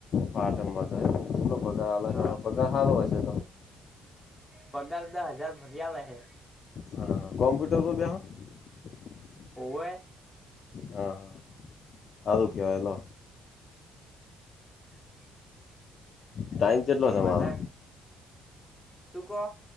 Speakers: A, on the left; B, in the centre.
A: પાટણ માં તો કેટલો પગાર <unintelligible>
B: હા
A: પગાર હારો હશે
B: પગાર તો હજાર ભરિયા લે હે
A: હા કોમ્પ્યુટર <unintelligible>
B: ઓવે
A: હા હા હારુ કેવાય લો
B: <unintelligible>
A: ટાઈમ કેટલો તમારો
B: બધા શું કહો